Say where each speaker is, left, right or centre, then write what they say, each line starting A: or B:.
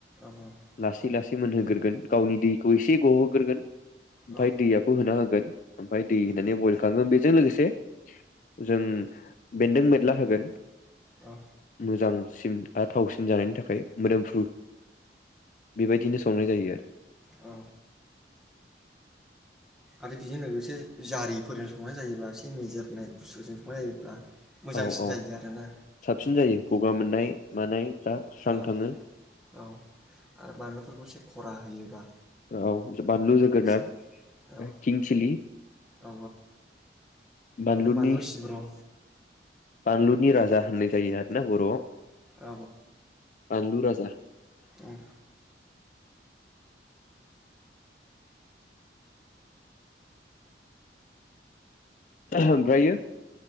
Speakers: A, in the centre; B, on the left.
A: औ औ
B: लासै लासै। मोनहोग्रोगोन। गावनि दैखौ एसे गहोग्रोगोन ओमफ्राय
A: औ
B: दैआबो होना होगोन। <inaudible> ओमफ्राय <unintelligible> बेजों लोगोसे। जों बेन्दों बेनला होगोन।
A: औ।
B: मोजांसिन बा थावसिन जानायनि थाखाय। मोदोमफ्रु। बेबायदिनो संनाय जायो आरो।
A: औ। आरो बेजों लोगोसे जारिफोरजों संनाय जायोबा एसे मेजेरनाय बुस्थुजों संनाय जायोब्ला। मोजांसिन
B: औ औ
A: जायो आरोना
B: साबसिन जायो गगा मोननाय मानायफ्रा स्रां
A: औ
B: थाङो।
A: औ औ आरो बानलुफोरखौ एसे खरा होयोबा।
B: औ बानलु जोगोनाद।
A: एसे औ
B: किं सिलि
A: औ
B: बानलुनि।
A: माने बानलु सिब्र' औ
B: बानलुनि राजा। होननाय जायो आरो ना बरआव।
A: औ
B: बानलु राजा।
A: उम।
B: ओमफ्रायो।